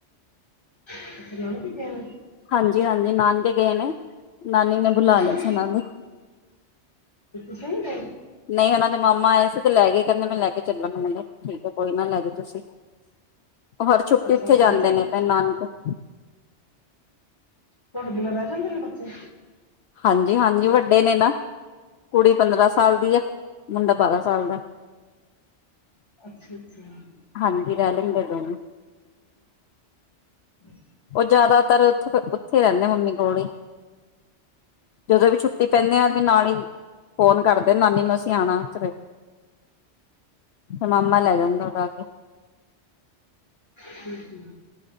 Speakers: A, on the left; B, on the left.
A: <unintelligible> ਕੀ ਕਹਿਣਾ
B: ਹਾਂਜੀ ਹਾਂਜੀ ਨਾਲ <unintelligible> ਗਏ ਨੇ ਨਾਨੀ ਨੇ
A: ਤੁਸੀਂ
B: ਬੁਲਾ ਲਿਆ
A: ਨਹੀਂ
B: ਸੀ ਉਹਨਾਂ ਨੂੰ
A: ਤੁਸੀਂ ਨਹੀਂ ਗਏ?
B: ਨਹੀਂ ਉਹਨਾਂ ਦੇ ਮਾਮਾ ਆਏ ਸੀ ਤੇ ਲੈ ਗਏ ਕਹਿੰਦੇ ਮੈਂ ਲੈ ਕੇ ਚੱਲਾਂ ਮੈ ਕਿਹਾ ਠੀਕ ਹੈ ਕੋਈ ਨਾ ਲੈ ਜਾਓ ਤੁਸੀਂ ਹਰ ਛੁੱਟੀ
A: ਅੱਛਾ
B: ਉੱਥੇ ਜਾਂਦੇ
A: ਰਹਿ ਜਾ
B: ਨੇ ਆਪਣੇ ਨਾਨਕੇ
A: ਤੁਹਾਡੇ ਬਿਨਾ ਰਹਿ ਜਾਂਦੇ ਨੇ ਬੱਚੇ
B: ਹਾਂਜੀ ਹਾਂਜੀ ਵੱਡੇ ਨੇ ਨਾ ਕੁੜੀ ਪੰਦਰਾਂ ਸਾਲ ਦੀ ਆ ਮੁੰਡਾ ਬਾਰਾਂ ਸਾਲ ਦਾ
A: ਅੱਛਾ ਅੱਛਾ
B: ਹਾਂਜੀ ਰਹਿ ਲੈਂਦੇ ਦੋਵੇ
A: ਹਮ
B: ਉਹ ਜ਼ਿਆਦਾਤਰ ਉੱਥੇ ਰਹਿੰਦੇ ਮੰਮੀ ਕੋਲ ਜਦੋਂ ਵੀ ਛੁੱਟੀ ਪੈਂਦੇ ਆ ਵੀ ਨਾਲ ਹੀ ਫੋਨ ਕਰਦੇ ਨਾਨੀ ਨੂੰ ਅਸੀਂ ਆਉਣਾ ਫਿਰ ਮਾਮਾ ਲੈ ਜਾਂਦਾ ਉਦਾ ਆ ਕੇ
A: ਹਮ ਹਮ